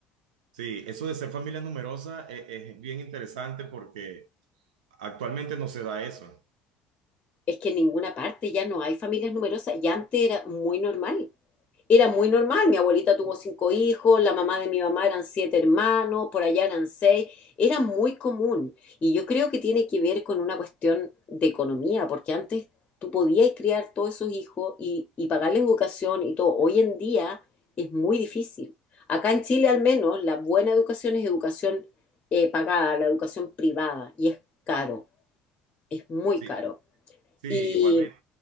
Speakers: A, on the right (about 65°); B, on the left (about 30°).
A: sí, eso de ser familia numerosa e- es, bien interesante porque actualmente no se da eso.
B: Es que en ninguna parte ya no hay familias numerosas. Y antes era muy normal. Era muy normal. Mi abuelita tuvo cinco hijos, la mamá de mi mamá eran siete hermanos, por allá eran seis. Era muy común. Y yo creo que tiene que ver con una cuestión de economía, porque antes tú podías criar todos esos hijos y, y pagarles educación y todo. Hoy en día es muy difícil. Acá en Chile al menos la buena educación es educación eh, pagada, la educación privada, y es caro es muy
A: Sí,
B: caro.
A: sí,
B: ¿Y,
A: igualmente,